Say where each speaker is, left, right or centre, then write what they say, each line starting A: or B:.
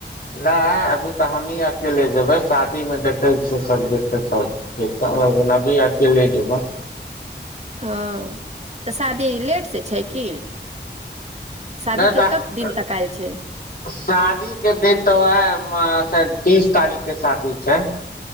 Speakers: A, on the left; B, on the right.
A: नहि अभी तऽ हमहीँ अकेले जेबै शादीमे देखै छियै सभ देख लेकिन अभी अकेले जेबै।
B: हँ। तऽ शादी लेट से छै की। शादीके
A: नहि तऽ
B: कब दिन तकल छै।
A: शादी के दिन तऽ ओएह तीस तारीख के शादी छै।